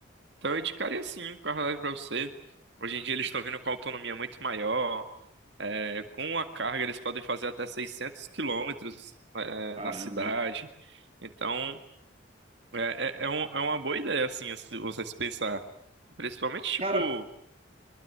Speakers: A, on the right; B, on the right.
A: Então eu indicaria sim um carro elétrico para você. Hoje em dia eles estão vindo com autonomia muito maior, Com a carga, eles podem fazer até 600 quilômetros eh,
B: Caramba,
A: na cidade.
B: hein?
A: Então, é, é, é um- é uma boa ideia, assim, se você se pensar. Principalmente, tipo,
B: Cara,